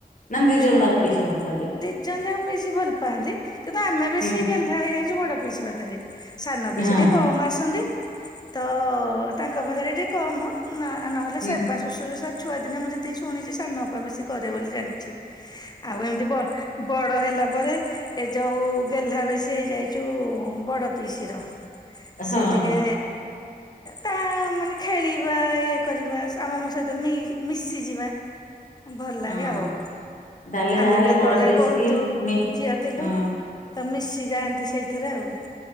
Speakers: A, on the left; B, on the left.
A: ରାସ
B: ଛୁଆ ମା
A: <inaudible>
B: ଦି ଜଣ ଯାକ ବେଶୀ ଭଲ ପାଆନ୍ତି କିନ୍ତୁ ଆମେ ବେଶୀ
A: ହୁଁ
B: ଗେହ୍ଲା ହେଇଯାଇଛୁ ବଡ ପିଇସିୀ ପାଖରେ! ସାନ ପଇସା
A: ହଁ
B: ଟିକେ କମ ଆସନ୍ତି ତ ତାଙ୍କ? ବରେ ଟେ କମ ନହେଲେ
A: ହୁଁ।
B: ସେ ବା ଶୁଶୁରଷ <inaudible> ଛୁଆଦିନେ ମୁଁ ଯେତିକି ଶୁଣିଛି ସାନ ବାପା ବେଶୀ କରେ ବୋଲି ଜାଣିଛି! ଆଉ ଏମିତି ବଡ ହେଲା ପରେ ଏ ଯୋଉ ଗେହ୍ଲା! ସେ ଯାଇଛୁ ବଡ ପିସିିର ସେିଏ
A: ହଁ
B: ଟିକେ! ତା ମାନେ ଖେଳିବା ଇଏ କରିବା ଆମ ମୋ ସହିତ ମି ମିଶିଯିବା! ଭଲ ଲାଗେ
A: ହଁ।
B: ଆଉ!
A: ତାହେଲେ
B: ଆମେ
A: ଯାହାହେଲେ
B: ବି ଏତେବେଳେ
A: ବଡ ପିଇସି
B: ବହୁତ
A: କି ମି
B: ଝିଅ ଥିଲୁ!
A: ହଁ
B: ତ ମିଶି ଯାଆନ୍ତି ସେଇଥିରେ ଆଉ!